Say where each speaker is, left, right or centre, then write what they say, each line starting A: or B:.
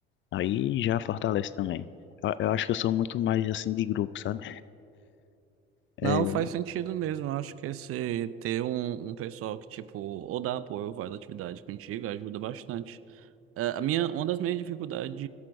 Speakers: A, on the left; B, on the right.
A: Aí já fortalece também. Eu, eu acho que eu sou muito mais assim de grupo, sabe? É,
B: não, faz sentido mesmo. Eu acho que esse ter um, um pessoal que, tipo, ou dá apoio ou faz atividade contigo ajuda bastante. Ah, A minha, uma das minhas dificuldades